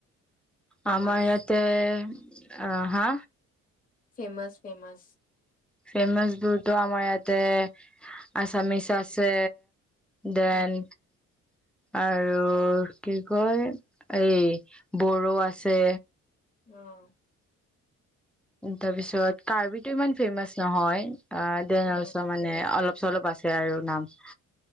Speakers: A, on the left; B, in the centre.
A: ফেমাচ
B: আমাৰ ইয়াতে অ', হা?
A: Famous, famous.
B: ফেমাছ বুইটো আমাৰ ইয়াতে আছামিছ আছে দেন
A: উম
B: আৰু কি কয়, এই বড়ো আছে।
A: উম
B: তাৰপিছত, কাৰ্বিটো ইমান ফেমাচ নহয়, অ' দেন
A: উম,
B: অ'লচ' মানে অলপ চলপ আছে আৰু, নাম